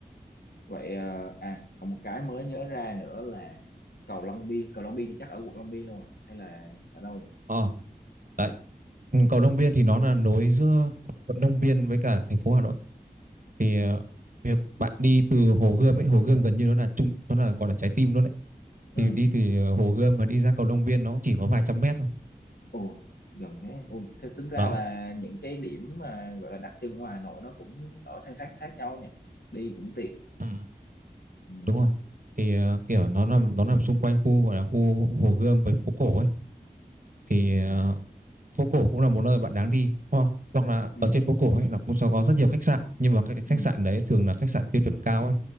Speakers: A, on the left; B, on the right.
A: vậy ờ, à còn một cái mới nhớ ra nữa là cầu Long Biên cầu Long Biên thì chắc ở quận Long Biên luôn à hay là ở đâu nhỉ
B: ờ đấy Ừ, cầu Long Biên thì nó là nối giữa quận Long Biên với cả thành phố Hà Nội thì ờ, việc bạn đi từ Hồ Gươm ấy Hồ Gươm gần như nó là trung nó là gọi là trái tim luôn đấy
A: ừ
B: thì đi từ Hồ Gươm mà đi ra cầu Long Biên nó chỉ có vài trăm mét thôi
A: ồ gần thế ui thế tính ra
B: đó
A: là những cái điểm mà gọi là đặc trưng của Hà Nội nó cũng ở san sát sát nhau nha đi cũng tiện
B: Ừ.
A: Ừ.
B: đúng rồi thì ờ, kiểu nó nằm nó nằm xung quanh khu gọi là khu Hồ Gươm với phố cổ ấy thì
A: À.
B: ờ, phố cổ cũng là một nơi bạn đáng đi ho- hoặc là
A: Ừ.
B: ở trên phố cổ ấy nó cũng sẽ có rất nhiều khách sạn nhưng mà các cái khách
A: Ừ.
B: sạn đấy thường là khách sạn tiêu chuẩn cao ấy